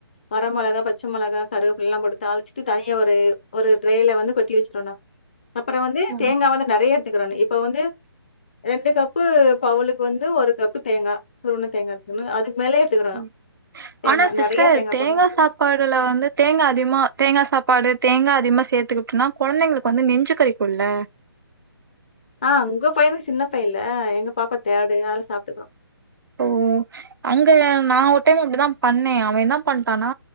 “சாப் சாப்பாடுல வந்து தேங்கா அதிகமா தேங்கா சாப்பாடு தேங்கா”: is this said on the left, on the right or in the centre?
Right